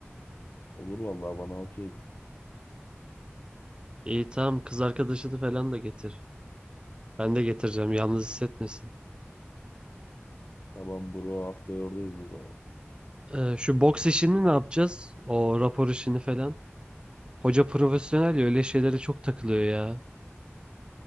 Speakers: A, on the left (about 50°); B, on the right (about 20°).
A: Olur vallahi bana okey.
B: İyi tamam kız arkadaşını falan da getir. Ben de getireceğim yalnız hissetmesin.
A: Tamam bro haftaya oradayız o zaman.
B: Ee, şu boks işini ne yapacağız? O rapor işini falan. Hoca profesyonel ya öyle şeylere çok takılıyor ya.